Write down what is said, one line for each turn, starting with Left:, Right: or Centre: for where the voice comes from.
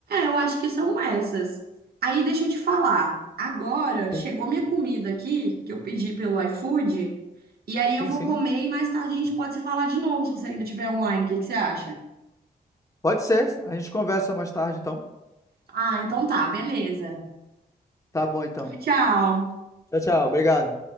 Right: eu acho que são essas. Aí deixa eu te falar. Agora chegou
Left: Sim,
Right: minha comida aqui, que eu pedi pelo iFood. E aí eu
Left: sim,
Right: vou
Left: sim.
Right: comer e mais tarde a gente pode se falar de novo, se você ainda estiver online. O que que você acha?
Left: Pode ser. A gente conversa mais tarde, então.
Right: Ah, então tá, beleza.
Left: Tá bom, então.
Right: Tchau.
Left: Tchau, tchau. Obrigado.